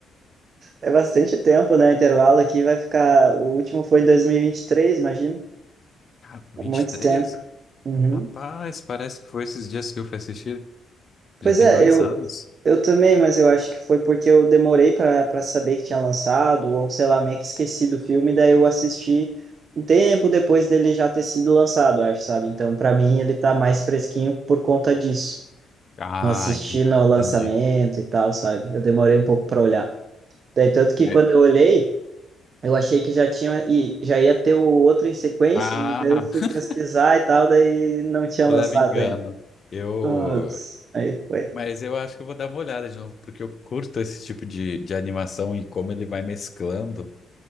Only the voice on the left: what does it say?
Cara, vinte
e três.
Rapaz, parece que foi esses dias que eu fui assistir.
Já tem
dois
anos.
Ah,
entendi.
entendi.
Mas-
ah,
<laughs>
leva
engano.
Eu,
mas eu acho que eu vou dar uma olhada de novo, porque eu curto esse tipo de, de animação e como ele vai mesclando.